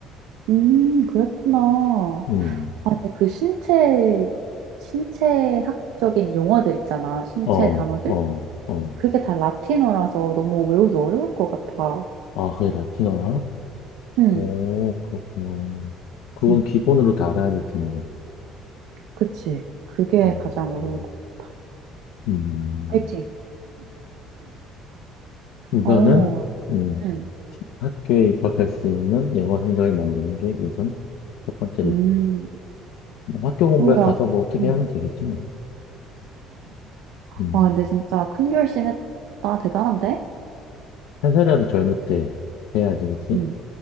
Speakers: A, on the right (about 90°); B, on the left (about 75°).
A: 음, 그랬구나.
B: 음,
A: 아, 근데 그 신체, 신체학적인 용어들 있잖아. 신체
B: 어,
A: 단어들?
B: 어, 어.
A: 그게 다 라틴어라서 너무 외우기 어려울 것 같아.
B: 아, 그게 라틴어야?
A: 응,
B: 오, 그렇구나. 그건
A: 응,
B: 기본으로 다 알아야 될 텐데.
A: 그치. 그게
B: 음,
A: 가장 어려울 것 같아.
B: 음.
A: 파이팅.
B: 우선은
A: 어,
B: 음,
A: 응,
B: 학교에 입학할 수 있는 영어 성적을 만드는 게 우선 첫 번째로
A: 음,
B: 뭐 학교 공부에
A: 뭐야.
B: 가서 뭐 어떻게
A: 응.
B: 하면 되겠지 뭐. 음,
A: 와, 근데 진짜 큰 결심했다. 대단한데?
B: 한 살이라도 젊을 때 해야지 그치?
A: 응,